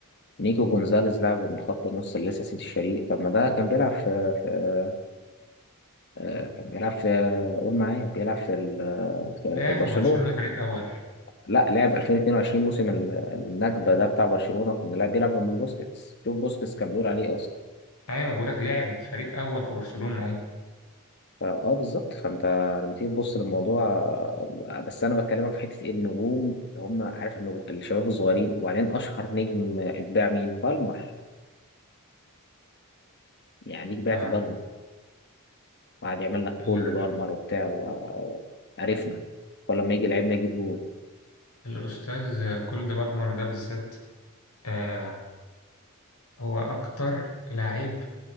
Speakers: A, on the left; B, on the left.
A: نيكو جونزاليز لعب من خط النص اللي لسه سيتي الشريق طب ما ده كان بيلعب في, في آه، كان بيلعب في قول معايا بيلعب في ال- في
B: لعب
A: في برشلونه
B: في برشلونة فريق أول
A: لا لعب 2022 موسم ال- النكبه ده بتاع برشلونه كان لا بيلعب جنب بوسكيتس شوف بوسكيتس كان بيقول عليه اصلا
B: أيوة بقولك لعب فريق أول في برشلونة أيوة
A: فاه بالظبط فانت لما تيجي تبص للموضوع آه، بس انا بكلمك في حته إيه النجوم اللي هم عارف النجوم الشباب الصغيرين وبعدين اشهر نجم اتباع مين؟ بالمر يعني ليك بعت
B: آه.
A: بالمر وقعد يعمل لك كولد
B: ال-
A: بالمر وبتاع و- وعرفنا ولما يجي لعيب نجيب جول
B: الأستاذ كولد بالمر ده بالذات آه هو أكتر لعيب